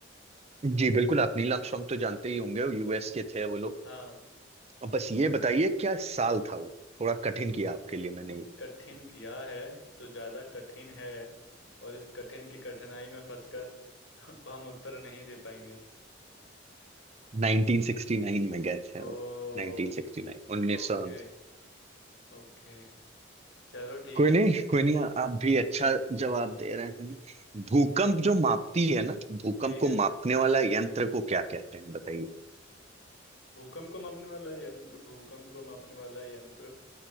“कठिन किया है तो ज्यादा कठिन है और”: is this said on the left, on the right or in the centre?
Left